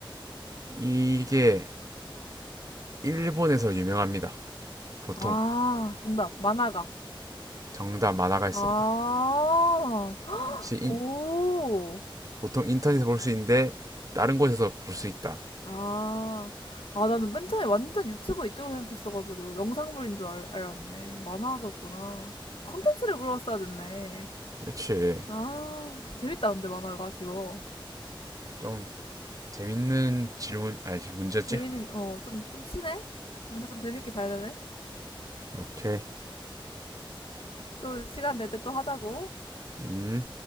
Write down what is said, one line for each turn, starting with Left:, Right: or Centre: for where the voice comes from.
Right: 이게 일본에서 유명합니다. 보통
Left: 아, 정답. 만화가.
Right: 정답 만화가 있습니다.
Left: 아, 오.
Right: 인- 보통 인터넷에서 볼 수 있는데 다른 곳에서 볼 수 있다.
Left: 아, 아, 나는 맨 처음에 완전 유튜버 이쪽으로 생각했어가지고 영상물인 줄 알, 알았네. 만화가였구나. 컨텐츠를 물어봤어야 됐네.
Right: 그렇지.
Left: 아, 재밌다, 근데 만화가 지금.
Right: 좀 재밌는 질문 아니지 문제지?
Left: 재밌는, 어, 좀, 좀 친해? 문제 좀 재밌게 잘 되네?
Right: 오케이.
Left: 또 시간 될 때 또 하자고.
Right: 음.